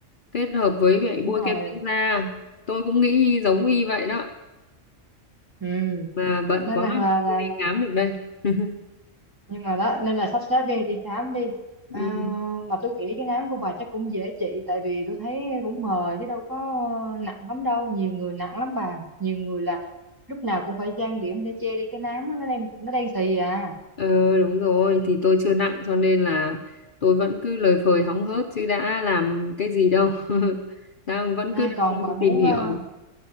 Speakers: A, on the left; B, on the right.
A: kết hợp với vậy
B: đúng
A: bôi
B: rồi
A: kem dưỡng da tôi cũng nghĩ giống y vậy đó
B: ừ
A: mà bận
B: nên
A: quá
B: rằng là là,
A: chưa đi
B: là
A: khám được đây <laughs>
B: nhưng mà đó nên là sắp xếp đi đi khám đi à,
A: ừ.
B: mà tôi nghĩ cái nám của bà chắc cũng dễ trị tại vì tôi thấy cũng mờ chứ đâu có nặng lắm đâu nhiều người nặng lắm bà nhiều người là lúc nào cũng phải trang điểm để che đi cái nám á, nó đang nó đang xì à
A: Ừ đúng rồi thì tôi chưa nặng cho nên là tôi vẫn cứ lời phời hóng hớt chứ đã làm cái gì đâu <laughs> đang vẫn
B: Nay
A: cứ
B: còn
A: đang
B: bà muốn
A: tìm hiểu
B: ờ,